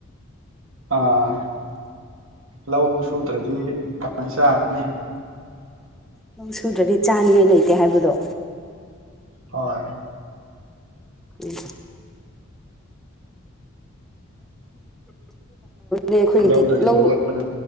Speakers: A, on the right; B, in the centre.
A: ꯑꯥ ꯂꯧ ꯁꯨꯗ꯭ꯔꯗꯤ ꯀꯃꯥꯏꯅ ꯆꯥꯔꯅꯤ
B: ꯅꯣꯡ ꯁꯨꯗ꯭ꯔꯗꯤ ꯆꯥꯅꯤꯉꯥꯏ ꯂꯩꯇꯦ ꯍꯥꯏꯕꯗꯣ
A: ꯍꯣꯏ
B: ꯎꯝ ꯑꯩꯈꯣꯏꯒꯤꯗꯤ
A: ꯂꯧꯗꯒꯤ
B: ꯂꯧ
A: ꯂꯣꯛꯂꯛꯄꯗ